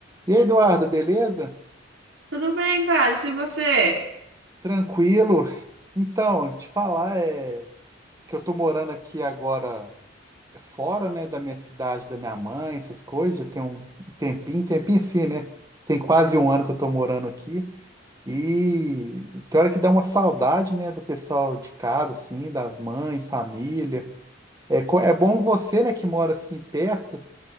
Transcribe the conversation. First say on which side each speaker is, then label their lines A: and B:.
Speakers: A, on the right; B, on the right.
A: E aí, Eduardo, beleza?
B: Tudo bem, Thales, e você?
A: Tranquilo? Então, te falar é que eu tô morando aqui agora fora, né, da minha cidade, da minha mãe, essas coisas, já tem um tempinho, tempinho sim, né? Tem quase um ano que eu tô morando aqui e tem hora que dá uma saudade, né, do pessoal de casa, assim, da mãe, família. É, co- é bom você, né, que mora assim perto